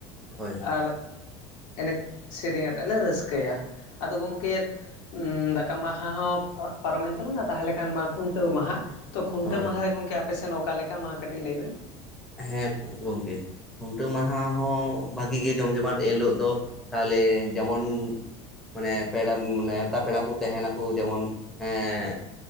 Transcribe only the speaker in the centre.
ᱦᱳᱭ ᱦᱳᱭ
ᱦᱳᱭ ᱦᱳᱭ
ᱦᱮᱸ ᱜᱚᱢᱠᱮ᱾ ᱠᱷᱩᱱᱴᱟᱹᱣ ᱢᱟᱦᱟ ᱦᱚᱸ ᱵᱷᱟᱹᱜᱤ ᱜᱮ ᱡᱚᱢ ᱡᱚᱢᱟᱴ ᱮᱱᱦᱤᱞᱳᱜ ᱫᱚ ᱛᱟᱦᱚᱞᱮ ᱡᱮᱢᱚᱱ ᱢᱟᱱᱮ ᱯᱮᱲᱟ ᱱᱮᱣᱛᱟ ᱯᱮᱲᱟ ᱠᱚ ᱛᱟᱦᱮᱱᱟᱠᱚ ᱡᱮᱢᱚᱱ ᱮᱸ